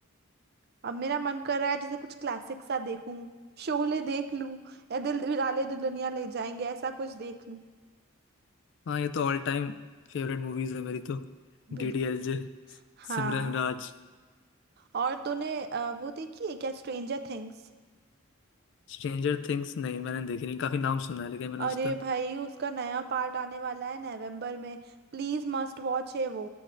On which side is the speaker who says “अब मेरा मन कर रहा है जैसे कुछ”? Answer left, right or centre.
Right